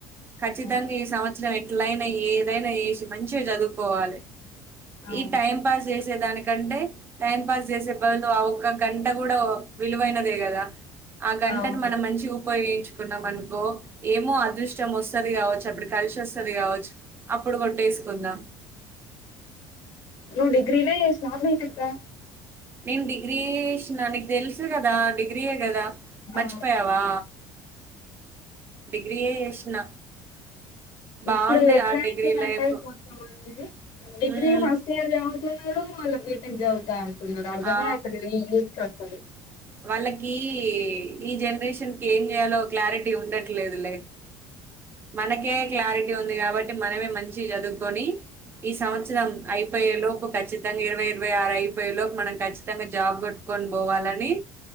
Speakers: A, on the right; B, on the left.
A: ఖచ్చితంగా
B: అవును
A: ఈ సం చ్చ ఎట్లయినా ఏదైనా చేసి మంచిగా చదువుకోవలే
B: అవును
A: ఈ టైమ్ పాస్ వేస్త దానికంటే టైం పాస్ చేసే బదులు ఒక్క గంట కూడా విలువైన ఇ కదా ఆ గంటను
B: అవును.
A: మనం మంచి పో ఎయించుకున్నాం అనుకో ఏమో అదృష్టం వస్తుది కావచ్చు అప్పుడు కలిసిస్తుది కావచ్చు అప్పుడు కొట్టేసుకుందాం
B: నువు డిగ్రీ నే చేసినవా బిటెక్ ఆ
A: నేను డిగ్రీ చేసిన నీకు తెలుసు కదా డిగ్రీయే కదా మచ్చిపోయావా
B: ఆ
A: డిగ్రీయే చేసిన బాగుండే
B: ఇప్పుడు ఎట్లా
A: ఆ డిగ్రీ
B: అయితే నట్
A: లైఫ్
B: అయిపోతా ఆ డిగ్రీ
A: ఉమ్,
B: ఫస్ట్ ఇయర్ వస్తున్నాడు మళ్ళీ బీటెక్ జాబ్ కావాలంటున్నాడు ఇక్కడ అర్థమే
A: ఆ
B: అయితలేదు ఇంగ్లీష్ కోషన్లు
A: వాళ్ళకి ఈ జనరేషన్ కి ఏం చేయాలో క్లారిటీ ఉండట్లేదులే మనకే క్లారిటీ ఉంది కాబట్టి మనమే మంచి చదువుకొని ఈ సంవత్సరం అయిపోయే లోపు ఖచ్చితంగా ఇరవై ఇరవై ఆరు అయిపోయే లోపు మనం ఖచ్చితంగా జాబ్ కొట్టుకొని పోవాలని